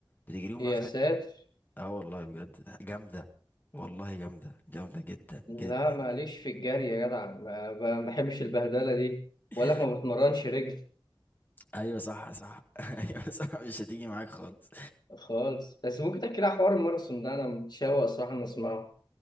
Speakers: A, on the left (about 20°); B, on the left (about 55°).
A: بتجريهم
B: يا
A: بقى في
B: ساتر
A: اه والله بجد جامدة والله جامدة جامدة جدا جدا
B: لا ماليش
A: جدا
B: في الجري يا جدع ما ما بحبش البهدلة دي
A: <laughs>
B: بقول لك ما بتمرنش رجل
A: ايوه صح صح <laughs> ايوه صح مش هتيجي معاك خالص
B: خالص بس ممكن تحكي لي على حوار الماراثون ده انا متشوق صراحة ان اسمعه